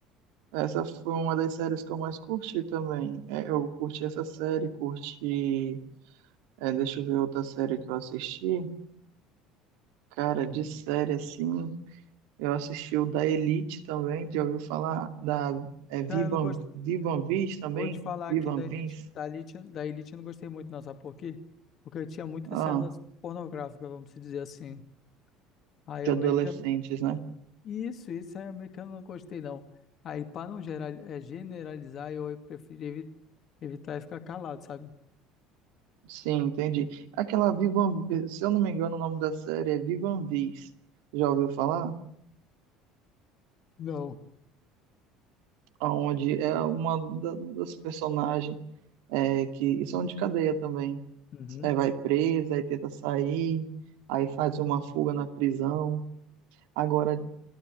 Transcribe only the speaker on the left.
Uhum.
Cara, eu não gosto.
Vou te falar
aqui da
Elite, da Elite, da Elite eu não gostei muito, não, sabe por quê? Porque tinha muitas
cenas pornográficas, vamos dizer assim. Aí
eu
meio que.
Isso, isso é meio que eu não gostei, não. Aí, pra não geral, é, generalizar, eu prefiro evi- evitar e ficar calado, sabe?
Não.
Uhum.